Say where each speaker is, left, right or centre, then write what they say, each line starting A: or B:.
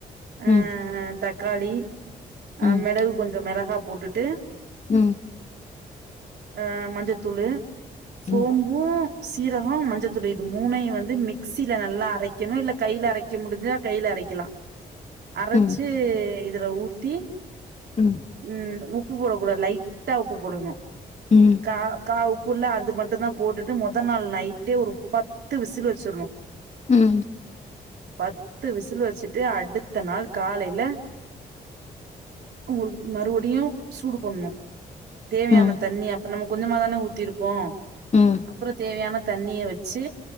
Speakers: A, on the left (about 40°); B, on the right (about 70°).
A: ம்,
B: அ தக்காளி
A: ம்,
B: அ மிளகு கொஞ்சோ மெளகா போட்டுட்டு
A: ம்
B: அ மஞ்சத்தூளு
A: ம்,
B: சோம்பு சீரகோ மஞ்ச தூளு இது மூணையு வந்து மிக்சில நல்லா அரைக்கணு இல்ல கையில அரைக்க முடிஞ்சா கையில அரைக் க்குலா அரச்சு
A: ம்,
B: இதுல ஊத்தி
A: ம்,
B: ம் உப் பு போடக்கூடாது லைட்டா உப்பு போடணு
A: ம்,
B: கா கா உப் புல்ல அது மட்டு தா போட்டுட்டு மொத நாள் நைட்டு ஒரு பத்து விசில் வெச்சிற்ணு
A: ம்
B: பத்து விசில் வச்சுட்டு அடுத்த நாள் காலையில உங்களுக்கு மறுபடியு சூடு பண்ணு தேவையான
A: ம்,
B: தண்ணி அப்பறோ நம்ம கொஞ்சமா தானே ஊத்திருப்போ
A: ம்,
B: அப்புறோ தேவையான தண்ணிய வச்சு